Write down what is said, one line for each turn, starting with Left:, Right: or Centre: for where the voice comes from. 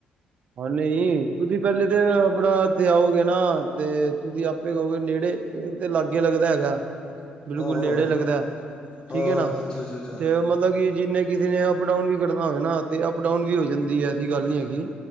Right: ਹਾਂ ਨਹੀਂ ਤੁਸੀਂ ਪਹਿਲੇ ਤੇ ਆਪਣਾ ਇੱਥੇ ਆਓਗੇ ਨਾ ਤੇ ਤੁਸੀਂ ਆਪੇ ਕਹਓਗੇ ਨੇੜੇ ਇੱਕ ਤੇ ਲਾਗੇ ਲੱਗਦਾ ਹੈਗਾ। ਬਿਲਕੁਲ
Left: ਹਾਂ ਹਾਂ
Right: ਨੇੜੇ ਲੱਗਦਾ
Left: ਹਾਂ
Right: ਠੀਕ
Left: ਹਾਂ
Right: ਹੈ ਨਾ
Left: ਅੱਛਾ ਅੱਛਾ ਅੱਛਾ
Right: ਤੇ ਮਤਲਬ ਕਿ ਜਿੰਨੇ। ਕਿਸੇ ਨੇ ਅਪ ਡਾਊਨ ਵੀ ਕਰਨਾ ਹੋਵੇ ਨਾ ਤੇ ਅਪ ਡਾਊਨ ਵੀ ਹੋ ਜਾਂਦੀ ਹੈ। ਐਸੀ ਗੱਲ ਨੀ ਹੈਗੀ।